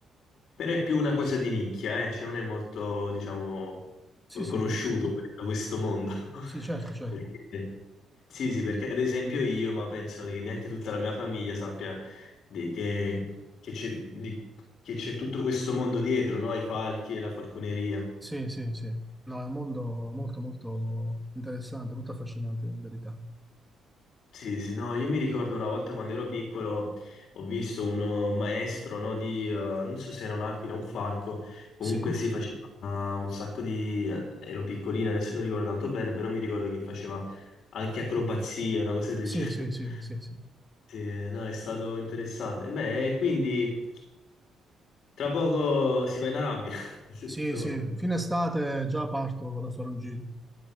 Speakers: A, on the left; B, in the centre.
A: Però è più una cosa di nicchia, eh? Cioè non è molto, diciamo,
B: Sì,
A: co-
B: sì,
A: conosciuto questo, questo mondo. <laughs>
B: sì, certo, certo.
A: Perché- Sì, sì, perché ad esempio io, ma penso che neanche tutta la mia famiglia sappia di- che che c'è di- che c'è tutto questo mondo dietro, no? Ai falchi e la falconeria.
B: Sì, sì, sì. No, è un mondo molto, molto interessante, molto affascinante, in verità.
A: Sì, sì, no, io mi ricordo una volta quando ero piccolo ho visto un eh, maestro, no, di, eh, non so se era un'aquila o un falco, comunque
B: Sì,
A: si faceva eh, un sacco di... ero piccolina, adesso non ricordo tanto bene, però mi ricordo che faceva anche acrobazie, una cosa del
B: sì,
A: genere.
B: sì, sì, sì,
A: <laughs>
B: sì.
A: Sì, no, è stato interessante. Beh, e quindi tra poco si va in Arabia, <laughs> se
B: Sì,
A: tutto
B: sì,
A: va bene.
B: fine estate già parto, vado a fare un giro.